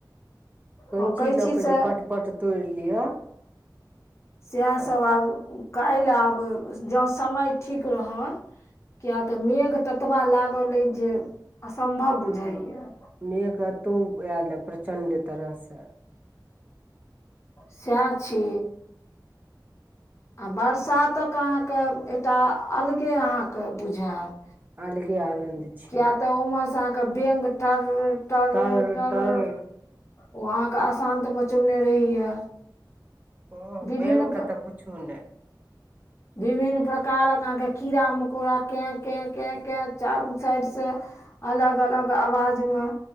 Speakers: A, on the right; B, on the left.
A: कैंची
B: हँ
A: लऽ कऽ
B: से
A: जे पटपट तोड़ि लिअ
B: सएह सभ
A: तऽ
B: आब काल्हि आब जँ समय ठीक रहल किया तऽ मेघ ततबा लागल ऐ जे असम्भव बुझाइए
A: ह मेघ एतहु आयलए प्रचण्ड तरहसँ
B: सएह छै आ बरसातक अहाँके एकटा अलगे अहाँके बुझायत
A: अलगे आनंद छै
B: किया तऽ ओमे से अहाँके बेंग टर ट्
A: तर
B: र टर
A: तर
B: ओ अहाँके असान्त मचौने रहैया
A: ओ
B: विभिन्न
A: बेंगके तऽ पुछू नै
B: विभिन्न प्रकारक अहाँके कीड़ा मकोड़ा केैं केै केैं केै चारू साइड से अलग अलग आवाजमे